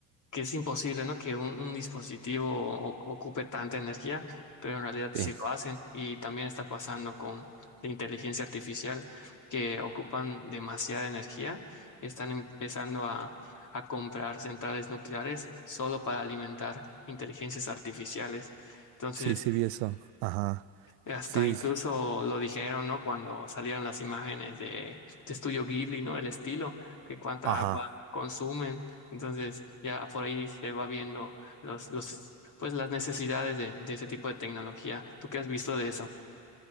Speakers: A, on the left (about 40°); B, on the right (about 65°).
A: que es imposible, ¿no? Que un, un dispositivo o- ocupe tanta energía, pero en realidad sí
B: sí.
A: lo hacen. Y también está pasando con la inteligencia artificial, que ocupan demasiada energía. Están empezando a, a comprar centrales nucleares solo para alimentar inteligencias artificiales. Entonces,
B: Sí, sí vi eso. Ajá.
A: hasta
B: Sí,
A: incluso
B: sí.
A: lo dijeron, ¿no? Cuando salieron las imágenes de, de Estudio Ghibli, ¿no? El estilo, que cuánta
B: Ajá.
A: agua consumen. Entonces, ya por ahí se va viendo los, los, pues las necesidades de, de ese tipo de tecnología. ¿Tú qué has visto de eso?